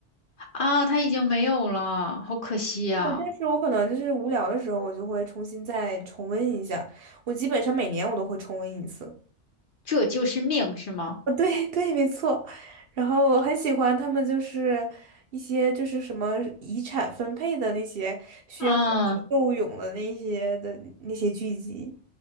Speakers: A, on the left; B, on the right.
A: 啊，他已经没有了，好可惜呀、
B: 啊，但是我可能就是无聊的时候，我就会重新再重温一下。我基本上每年我都会重温一次。
A: 这就是命，是吗？
B: 哦，对对，没错。然后我很喜欢他们，就是一些就是什么遗产分配的那些需要斗智斗勇的那些的那些剧集。
A: 嗯，